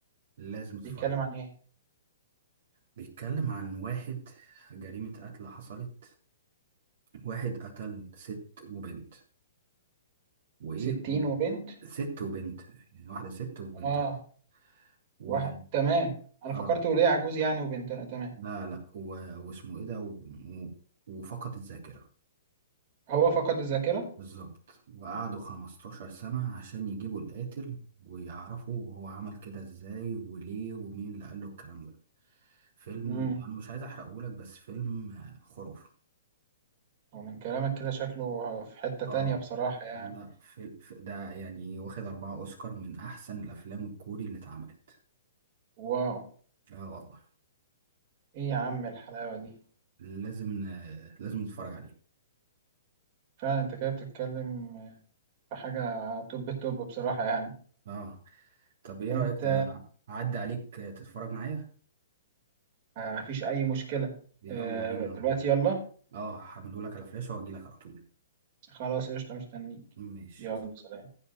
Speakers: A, on the right; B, on the right.
A: لازم تتفرج
B: بيتكلم
A: عليه
B: عن ايه
A: بيتكلم عن واحد جريمة قتل حصلت واحد قتل ست وبنت وإيه
B: 60
A: و...
B: وبنت
A: ست وبنت يعني واحدة ست وبنتها
B: اه
A: و...
B: واحد تمام انا
A: آه
B: فكرت وليه عجوز يعني وبنت لا تمام
A: لا لا و... واسمه إيه ده و... و... وفقد الذاكرة
B: هو فقد الذاكرة
A: بالظبط وقعدوا 15 سنة عشان يجيبوا القاتل ويعرفوا هو عمل كده ازاي وليه ومين اللي قال له الكلام ده فيلم
B: امم
A: انا مش عايز احرقهولك بس فيلم آه، خرافي
B: ومن كلامك كده شكله في حتة تانية
A: اه
B: بصراحة يعني
A: لا في في- ده يعني واخد أربعة أوسكار من أحسن الأفلام الكوري اللي اتعملت
B: واو
A: اه والله
B: ايه يا عم الحلاوة دي
A: فلازم ن- لازم نتفرج عليه
B: فعلا انت كده بتتكلم في حاجة توب التوب بصراحة يعني
A: اه طب ايه
B: انت
A: رأيك تع- أعدي عليك تتفرج معايا
B: آه، مفيش اي مشكلة
A: يلا
B: آه،
A: بينا
B: دلوقتي يلا
A: اه هعملهولك على فلاشة واجيلك على طول
B: خلاص قشطة مستنيك
A: ماشي
B: يلا سلام